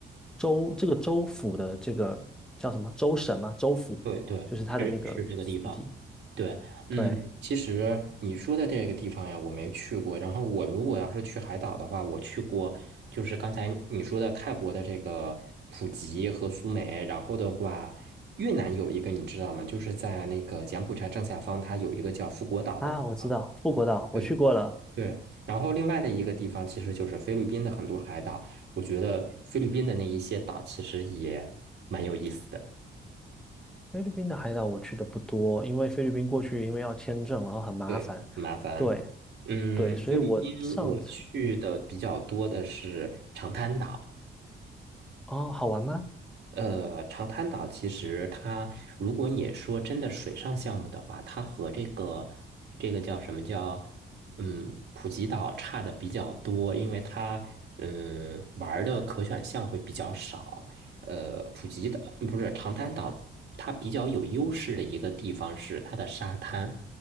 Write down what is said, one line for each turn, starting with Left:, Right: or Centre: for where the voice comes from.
Centre: 州这个州府的这个叫什么州省吗？州府就是它的那个
Right: 对对，是是这个地方。
Centre: city。
Right: 对，嗯，
Centre: 对
Right: 其实你说的这个地方呀，我没去过。然后我如果要是去海岛的话，我去过，就是刚才你说的泰国的这个普吉和苏梅。然后的话，越南有一个你知道吗？就是在那个柬埔寨正下方，它有一个叫富国岛的地方。
Centre: 啊，我知道富国岛，
Right: 对
Centre: 我去过了。
Right: 对，然后另外的一个地方其实就是菲律宾的很多海岛。我觉得菲律宾的那一些岛其实也蛮有意思的。
Centre: 菲律宾的海岛我去的不多，因为菲律宾过去因为要签证，然后很麻烦。
Right: 对，麻烦。
Centre: 对
Right: 嗯，
Centre: 对，所以我上次嗯
Right: 菲律宾我去的比较多的是长滩岛。
Centre: 哦，好玩吗？
Right: 呃，长滩岛其实它，如果你说真的水上项目的话，它和这个这个叫什么叫嗯普吉岛差的比较多，因为它嗯玩儿的可选项会比较少。呃，普吉岛不是长滩岛，它比较有优势的一个地方是它的沙滩，